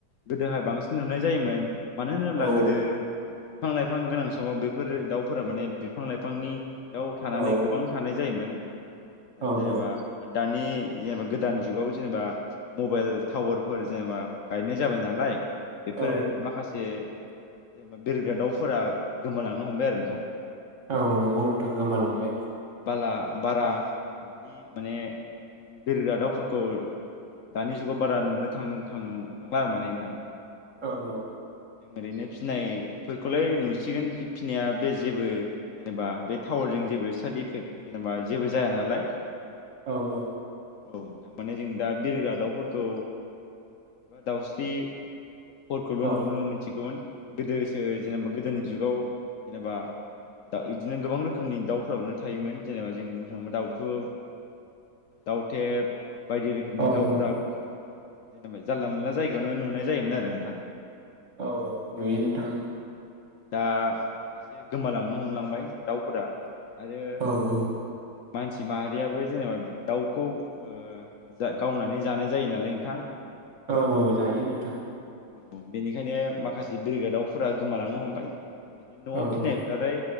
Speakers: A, on the left; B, on the right.
A: गोदोहाय बांसिन नुनाय जायोमोन। मानो होनोब्ला
B: औ
A: गोदो बिफां-लाइफां गोनां समाव बेफोरो दाउफोरा माने बि बिफां-लाइफांनि याव थानानै
B: औ
A: गोबां थानाय जायोमोन। ओ
B: औ
A: जेनेबा दानि यजेनेबा गोदान जुगाव जेनेबा मबाइल टावारफोर जेनेबा गायनाय जाबाय नालाय बेफोर
B: औ
A: माखासे जेनेबा बिरग्रा दाउफोरा गोमालांनो हमबाय आरो नोंथां
B: औ नंगौ नोथां गोमालांबाय।
A: माने बाला बारा बिदि माने बिरग्रा दाउफोरखौ दानि जुगाव बारा नुनो थां थां थांला आरो माने नोंथां।
B: औ औ।
A: ओरैनो फिनायफोरखौलाय नुसिगोन बि फिनाया बे जेबो जेनेबा बे टावारजों जेबो साइद इफेक्ट जेनेबा जेबो जाया नालाय।
B: औ औ।
A: औ नोंथां माने जों दा बिरग्रा दाउफोरखौ दाउस्रि फोरखौल'
B: औ
A: नुनो मोनथिगौमोन गोदोसो जेनेबा गोदोनि जुगाव जेबा दा इदिनो गोबां रोखोमनि दाउफोरावनो थायोमोन जेनेबा जों बुंनो थाङोब्ला दाउथु दाउथेब बायदि रोखोमनि
B: औ
A: दाउफोराखौ
B: औ
A: जों जेनेबा जानला मोनला जायगायावनो नुनाय जायोमोन आरो नोंथां
B: औ औ नुयो नोंथां
A: माने
B: ओं
A: दा एसे गोमालांनो हमलांबाय दाउफोरा आरो
B: औ औ
A: मानसि माहारियाबो जेनेबा दाउखौ ओ जा गावनानै जानाय जायो नालाय नोंथां
B: औ औ जायो नोंथां
A: औ बेनिखायनो माखासे <unintelligible> दावफोरा गोमालांनो हमबाय। बिदिनो न'आव
B: औ
A: फिनायफ्रालाय
B: औ